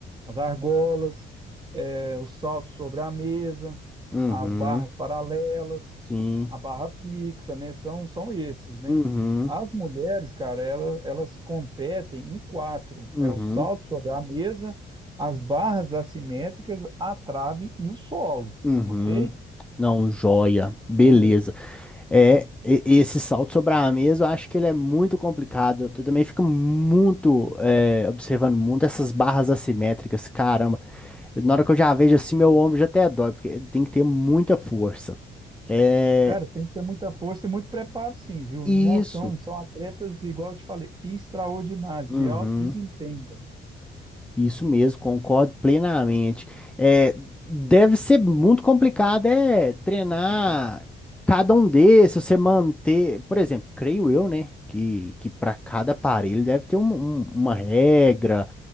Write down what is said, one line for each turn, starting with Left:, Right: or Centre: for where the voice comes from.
Right: as argolas, eh, o salto sobre a mesa,
Centre: Uhum,
Right: as barras paralelas,
Centre: sim.
Right: a barra fixa, né? São, são esses, né?
Centre: Uhum,
Right: As mulheres, cara, ela- elas competem em quatro:
Centre: uhum,
Right: é o salto sobre a mesa, as barras assimétricas, a trave e o solo,
Centre: uhum.
Right: ok?
Centre: Não, joia. Beleza.
Right: Então,
Centre: É, e- esse salto sobre a mesa, eu acho que ele é muito complicado. Eu também fico muito, é, observando muito essas barras assimétricas, caramba. Eu- na hora que eu já vejo assim, meu ombro já até dói, porque tem que ter muita força. É
Right: Cara, tem que ter muita força e muito preparo, sim, viu?
Centre: isso.
Right: Nossa, são, são atletas, igual eu te falei, extraordinários,
Centre: Uhum.
Right: de alto desempenho. velho.
Centre: Isso mesmo, concordo plenamente. É, deve ser muito complicado é treinar cada um desses, você manter, por exemplo, creio eu, né, que, que para cada aparelho deve ter um- um- uma regra,